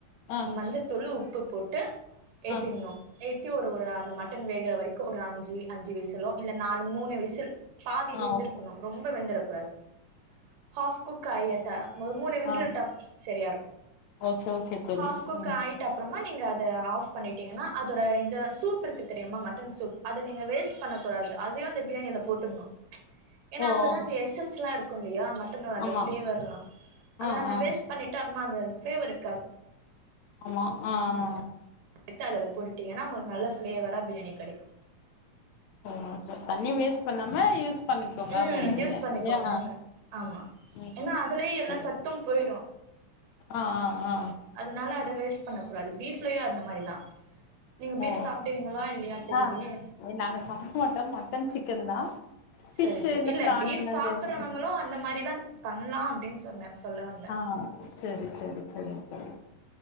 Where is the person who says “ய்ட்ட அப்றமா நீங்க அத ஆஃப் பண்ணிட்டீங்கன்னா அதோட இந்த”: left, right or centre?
Right